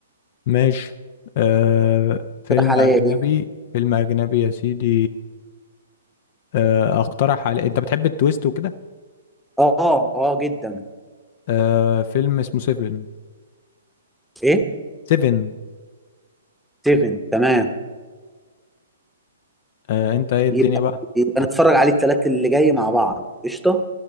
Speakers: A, on the left; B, in the centre.
A: ماشي آه... فيلم
B: تقترح عليا
A: اجنبي
B: ايه
A: فيلم اجنبي يا سيدي آه... اقترح على انت بتحب التويست وكده
B: اه اه جدا
A: آه... فيلم اسمه سيفن
B: ايه
A: سيفن
B: 7 تمام
A: آه... انت ايه الدنيا
B: يبقى
A: بقى
B: يبقى
A: آه،
B: نتفرج عليه الثلاث اللي جاي مع بعض قشطة